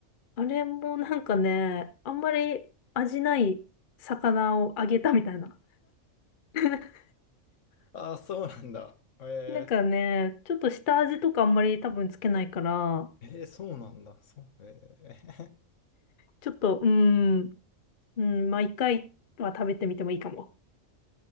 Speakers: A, on the left; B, on the left.
A: あれもなんかね、あんまり味ない魚を揚げたみたいな。<laughs>
B: ああ、そうなんだ。ええ
A: なんかね、ちょっと下味とかあんまり多分つけないから、
B: えーそうなんだ。そう。えー
A: ちょっと、うーん、うん、まあ一回は食べてみてもいいかも。